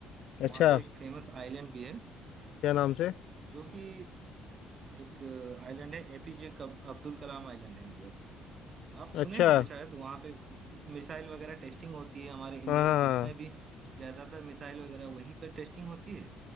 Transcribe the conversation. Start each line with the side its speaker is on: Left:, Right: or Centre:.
Right: वहाँ
Left: अच्छा
Right: पे एक फेमस आइलैंड भी है
Left: क्या नाम से
Right: जो कि एक आइलैंड है एपीजे अब्दुल कलाम आइलैंड है उधर आप सुने
Left: अच्छा
Right: होंगे शायद वहाँ पे मिसाइल वगैरह टेस्टिंग होती है हमारे इंडिया
Left: हाँ हाँ
Right: के जितने
Left: हाँ
Right: भी ज्यादातर मिसाइल वगैरह वहीं पर टेस्टिंग होती है